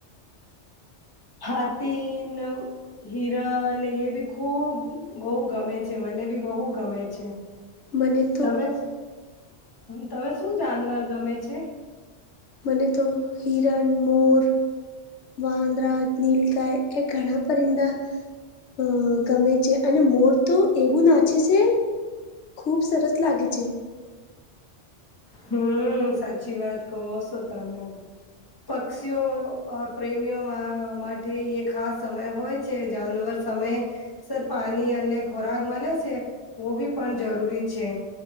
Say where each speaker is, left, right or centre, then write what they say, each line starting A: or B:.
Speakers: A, on the left; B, on the left.
A: હાથીનો હિરન એ બી ખુબ બઉ ગમે છે મને બી બહુ ગમે છે.
B: મને તો
A: તમે તમે શું જાનવર ગમે છે?
B: મને તો હિરન, મોર વાંદરા, નીલગાય એ ઘણા પરિંદા અ ગમે છે અને મોર તો એવું નાચે છે. ખૂબ સરસ લાગે છે.
A: હમ સાચી વાત કહો સો તમે પક્ષીઓ અ પ્રેમીઓ મા માટે એ ખાસ સમય હોય છે જાનવર તમે સર પાની અને ખોરાક મલે સે ઓ બી પણ જરૂરી છે.